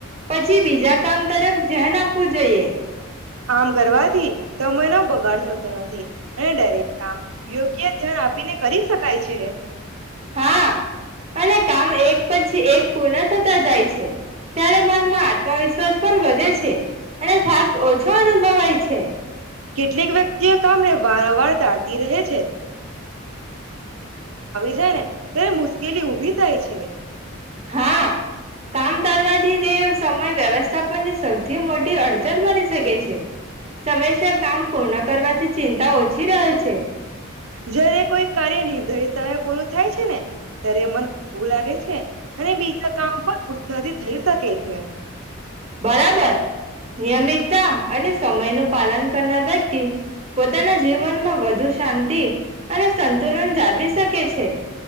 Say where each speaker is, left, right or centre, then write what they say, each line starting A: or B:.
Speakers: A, on the right; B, on the right.
A: પછી બીજા કામ તરફ ધ્યાન આપવું જોઈએ.
B: આમ કરવાથી સમયનો બગાડ થતો નથી. <unintelligible> દરેક કામ યોગ્ય ધ્યાન આપીને કરી શકાય છે.
A: હા અને કામ એક પછી એક પૂર્ણ થતા જાય છે, ત્યારે મનમાં આત્મવિશ્વાસ પણ વધે છે. અને થાક ઓછો અનુભવાય છે.
B: કેટલીક વ્યક્તિઓ કામને વારંવાર ટાળતી રહે છે જ્યારે તેને મુશ્કેલી ઉભી થાય છે.
A: હા કામ કરવાલથી તે સમય વ્યવસ્થાપનની સૌથી મોટી અડચણ બની શકે છે. સમયસર કામ પૂર્ણ કરવાથી ચિંતાઓ ચિ રહે છે.
B: જયારે કોઈ કાર્ય નિર્ધારિત સમય પૂરું થાય છે ને ત્યારે મને ઉવું લાગે છે. અને બીજા કામ પણ ઉત્સાહથી થઈ શકે છે.
A: બરાબર. નિયમિતતા અને સમય નું પાલન કરનાર વ્યક્તિ પોતાના જીવનમાં વધુ શાંતિ અને સંતુલન જાળવી શકે છે